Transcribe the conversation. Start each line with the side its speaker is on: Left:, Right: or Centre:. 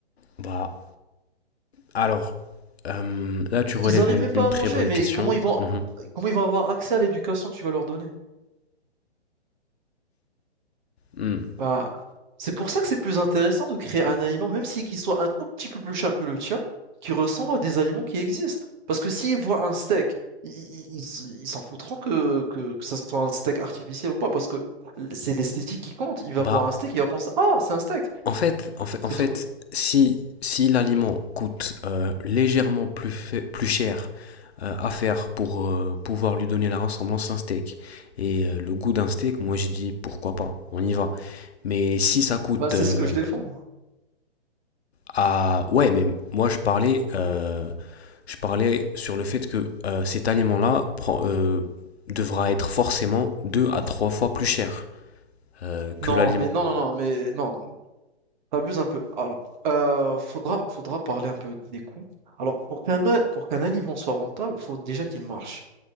Left: Bah, alors, euh, là tu
Right: Ils
Left: relèves
Right: arrivent
Left: une,
Right: même pas
Left: une
Right: à
Left: très
Right: manger,
Left: bonne
Right: mais
Left: question.
Right: comment ils vont,
Left: Mhm.
Right: comment ils vont avoir accès à l'éducation que tu vas leur donner?
Left: Mm.
Right: Bah, c'est pour ça que c'est plus intéressant de créer un aliment, même si qu'il soit un tout petit peu plus cher que le tien, qui ressemble à des aliments qui existent. Parce que s'ils voient un steak, i- i- i- ils s- ils s'en foutront que, que, que ça soit un steak artificiel ou pas, parce que l- c'est l'esthétique qui compte. Il va
Left: Bah,
Right: voir un steak, il va penser, ah, c'est un steak,
Left: En fait, en fait,
Right: c'est
Left: en fait
Right: tout.
Left: si, si l'aliment coûte euh, légèrement plus, fait- plus cher euh, à faire pour euh, pouvoir lui donner la ressemblance d'un steak et euh, le goût d'un steak, moi j'ai dit pourquoi pas, on y va. Mais si ça coûte
Right: Bah, c'est
Left: euh,
Right: ce que je défends, moi.
Left: à... Ouais, mais moi je parlais, euh, je parlais sur le fait que euh, cet aliment-là prend- euh, devra être forcément deux à trois fois plus cher euh,
Right: Non,
Left: que l'aliment...
Right: mais non, non, non, mais non, non, t'abuses un peu. Alors, euh, faudra, faudra parler un peu des coûts. Alors, pour qu'un, a- pour qu'un aliment soit rentable, faut déjà qu'il marche.